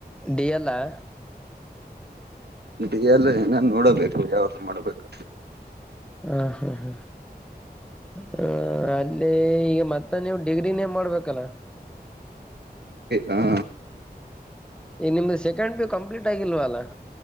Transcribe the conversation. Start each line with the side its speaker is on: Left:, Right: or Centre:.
Centre: ಡಿ ಎಲ್ ಆ
Right: ಇಟ್ ಎಲ್ಲ ಏನ ನೋಡಬೇಕು ಯಾವ್ದು ಮಾಡ್ಬೇಕಂತ
Centre: ಹ ಹಾ ಹಾ ಹ ಅಲ್ಲೇ ಈಗ ಮತ್ತೆ ಮತ್ತ ನೀವು್ ಡಿಗ್ರಿನೇ ಮಾಡ್ಬೇಕಲ್ಲ
Right: ಹಾ
Centre: ಈ ನಿಮ್ದು ಸೆಕೆಂಡ್ ಪಿ ಯು ಕಂಪ್ಲೀಟ್ ಆಗಿಲ್ವಲ್ಲಾ.